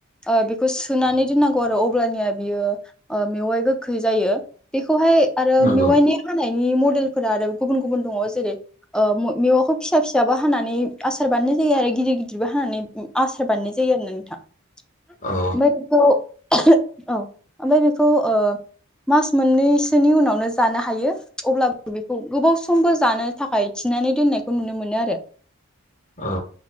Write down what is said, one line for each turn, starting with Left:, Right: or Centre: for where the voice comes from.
Centre: ओ बेखौ सोनानै दोन्नांगौ आरो अब्लानिया बियो ओ मेवाय गोखै जायो बेख खौहाय आरो
Left: नंगौ
Centre: मेवायनि हानाय नि मडेलफोरा आरो गुबन गुबन दङ' जेरै ओ म-मेयाखौ फिसा फिसाबो हानानै आसार बानाय जा जायो आरो गिदिर गिदिरबो हानानानै आसार बानायनाय जायो आरोना नोंथां ओमफ्राय
Left: औ
Centre: बेखौ औ ओमफ्राय बेखौ ओ मास मोननैसो उनावनो जानो हायो अब्लाबो बेखौ गोबावसमबो जानो थाखाय थिना दोननायखौ नुनो मोनो आरो
Left: औ